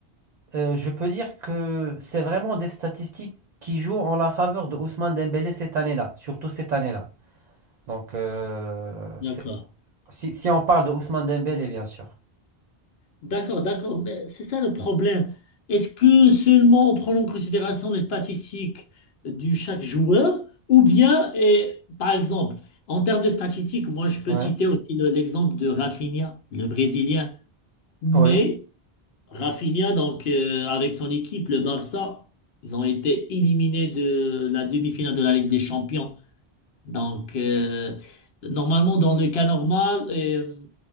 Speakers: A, on the right (about 50°); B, on the left (about 70°).
A: euh, je peux dire que c'est vraiment des statistiques qui jouent en la faveur de Ousmane Dembélé cette année-là, surtout cette année-là. Donc, euh,
B: d'accord,
A: c'est- c'est- si, si on parle de Ousmane Dembélé, bien sûr.
B: d'accord, d'accord. Mais c'est ça le problème. Est-ce que seulement on prend en considération les statistiques de chaque joueur ou bien, et, par exemple, en termes de statistiques, moi je peux
A: Oui,
B: citer aussi le- l'exemple de Rafinha, le Brésilien. Mais
A: oui,
B: Rafinha, donc euh, avec son équipe, le Barça, ils ont été éliminés de la demi-finale de la Ligue des Champions. Donc, euh, normalement, dans le cas normal, euh,